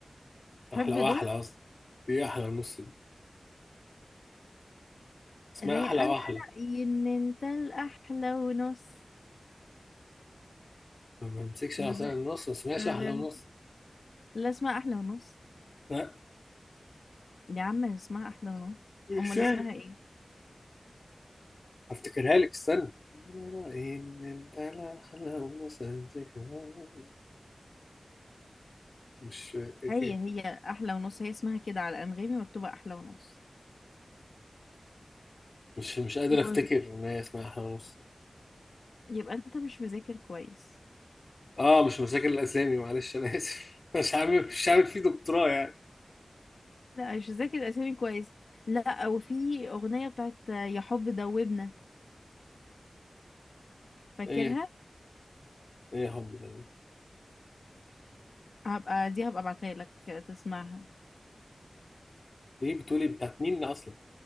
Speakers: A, on the left (about 80°); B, on the left (about 60°).
A: تحب
B: احلى واحلى
A: دول
B: اصلا دي احلى ونص دي اسمها
A: اللي
B: احلى
A: هي انا
B: واحلى
A: رايي ان انت الاحلى ونص
B: ما بمسكش
A: ما
B: انا اصلا
A: ب...
B: النص ما اسمهاش
A: ما
B: احلى ونص
A: ب... لا اسمها احلى ونص
B: لا
A: يا عم اسمها احلى ونص
B: ازاي
A: امال اسمها ايه
B: هفتكرها لك استنى لا لا لا ان انت لا احلى ونص أمسكش عصاية. مش فاكر
A: هي هي احلى ونص هي اسمها كده على انغامي مكتوبه احلى ونص
B: مش مش قادر
A: و-
B: افتكر ان هي اسمها احلى ونص
A: يبقى انت مش مذاكر كويس
B: اه مش مذاكر الاسامي معلش انا اسف <laughs> مش عامل مش عامل فيه دكتوراه يعني
A: لا مش مذاكر الاسامي كويس لا وفي اغنيه بتاعت يا حب دوبنا فاكرها
B: ايه ايه يا حب ده
A: هبقى دي هبقى ابعتها لك تسمعها
B: ايه بتقولي بتاعت مين اصلا